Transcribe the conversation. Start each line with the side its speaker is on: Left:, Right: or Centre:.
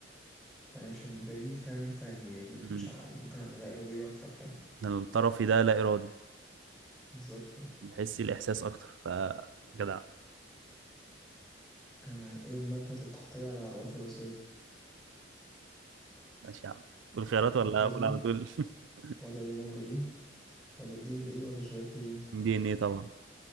Centre: يعني عشان بالين فاهم انت يعني مش
Right: مم.
Centre: مش ع- ممكن على لا إرادية أكتر فاهم
Right: الطرفي ده لا إرادي
Centre: بالظبط
Right: بحس الإحساس أكتر فجدع
Centre: آه، إيه المادة اللي بتحتوي على معلومات وراثية
Right: ماشي يا عم تقول خيارات ولا
Centre: البلازما
Right: أقول على طول <laughs>
Centre: ولا الهيموجلوبين ولا الدي إن إيه ولا الجلايكوجين
Right: دي إن إيه طبعا